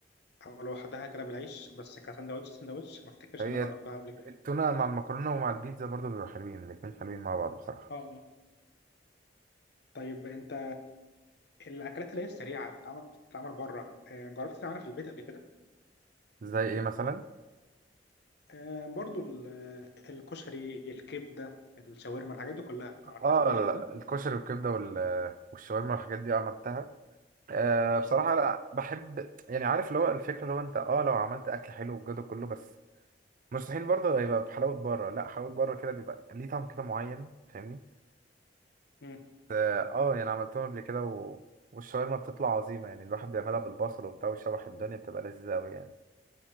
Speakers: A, on the left; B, on the right.
A: او لوحدها كده بالعيش بس كسندوتش سندوتش ما افتكرش
B: هي
A: انا جربتها قبل كده
B: التونة مع المكرونة ومع البيتزا برضه بيبقوا حلوين الاتنين حلوين مع بعض بصراحة
A: اه طيب انت الاكلات اللي هي السريعه بتتعمل بتتعمل بره آه، جربت تعملها في البيت قبل كده
B: زي ايه مثلا؟
A: آه، برضو ال- آه، الكشري الكبده الشاورما الحاجات دي كلها عملتها
B: اه
A: في البيت
B: لا،
A: قبل كده
B: الكشري والكبدة وال- والشاورما والحاجات دي عملتها آه بصراحة
A: مم.
B: لا بحب يعني عارف اللي هو الفكرة اللي هو انت اه لو عملت اكل حلو والجو ده كله بس مستحيل برضه هيبقى بحلاوة بره لا حلاوة بره كده بيبقى ليه طعم كده معين فاهمني؟
A: مم.
B: اه آه، يعني عملتهم قبل كده و... والشاورما بتطلع عظيمة يعني الواحد بيعملها بالبصل وبتاع ويشوح الدنيا بتبقى لذيذة أوي يعني